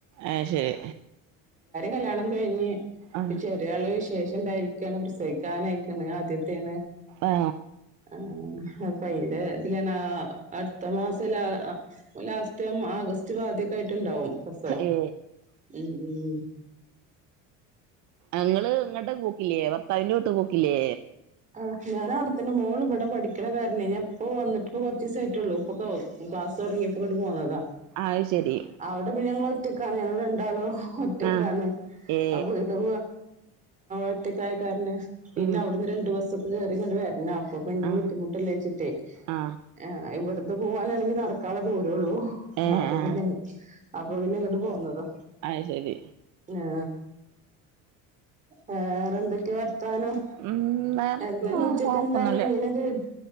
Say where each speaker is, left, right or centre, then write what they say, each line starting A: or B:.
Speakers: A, on the right; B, on the right.
A: ഏ ശരി
B: കല്യാണം കഴിഞ്ഞ്
A: ആ
B: ചെറിയ ആൾ വിശേഷം ഇണ്ടായിരി ഒക്കെയാണ് പ്രസവിക്കാനായിക്കണ് ആദ്യത്തേ
A: ആ
B: ണ് അപ്പ അയിന്റെ ഇതിലാണ് അഹ് അടുത്ത മാസം ലാ ലാസ്റ്റ് ഓഗസ്റ്റ് പാതിയൊക്കെ ആയിട്ട് ണ്ടാവും പ്രസവം
A: ഏ
B: മ്മ് മ്മ്
A: അങ്ങള് ഇങ്ങോട്ട് പോക്കില്ലേ ഭർത്താവിന്റെ വീട്ട് പോക്കില്ലേ
B: ആ ഞാൻ അവിടെ തന്നെ മോൾ ഇവിടെ പഠിക്കണ കാരണേ ഞാൻ പ്പ വന്നിട്ടിപ്പോ കൊർചീസേ ആയിട്ടുള്ളൂ ഇപ്പൊ ക്ലാസ് തൊടങ്ങിയപ്പോ ങ്ങട്ട് പോന്നതാ
A: അത് ശരി
B: അവിടെ പിന്നെ ഞങ്ങള് ഒറ്റക്കാണ് ഞങ്ങൾ രണ്ടാളും ഒറ്റക്കാണ്
A: ആ ഏ
B: അപ്പ ഇട ഒറ്റക്കായ കാരണം പിന്നെ
A: ഉം
B: അവിടുന്ന് രണ്ട് ബസൊക്കെ കേറി ഇങ്ങട് വരണം. അപ്പൊ പിന്നെ
A: ആ
B: ബുദ്ധിമുട്ടല്ലേ വച്ചിട്ടേ
A: ആ
B: ഏഹ് ഇവിടന്ന് പോവാനാണെങ്കി നടക്കാനുള്ള ദൂര ള്ളൂ
A: ഏ
B: അപ്പൊ
A: ആ
B: പിന്നെ അപ്പൊ പിന്നെ ഇങ്ങട് പോന്നതാ
A: അയ് ശരി
B: ആ വേറെ എന്തൊക്കെയ വർത്താനം
A: ഉം വേറെ
B: എന്താ ഉച്ചക്ക്
A: കൊഴപ്പൊന്നുല്ല
B: എന്താണ് മീനൊക്കെ കിട്ടിയോ